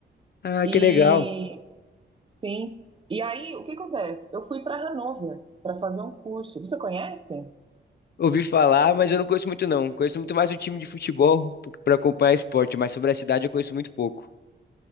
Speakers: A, on the left; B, on the right.
A: Ah,
B: E
A: que legal.
B: sim, e aí o que acontece? Eu fui para Hannover para fazer um curso. Você conhece?
A: Ouvi falar, mas eu não conheço muito não. Conheço muito mais o time de futebol para acompanhar esporte, mas sobre a cidade eu conheço muito pouco.